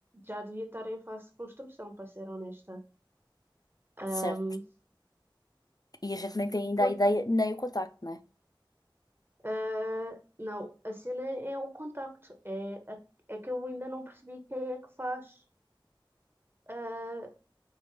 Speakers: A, on the right; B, on the left.
A: Já devia estar em fase de construção, para ser honesta.
B: certo?
A: Ahm,
B: E a gente nem tem ainda
A: ponto-
B: a ideia nem o contacto, né?
A: ah, não, a cena é o contacto. É, a- é que eu ainda não percebi quem é que faz, ah,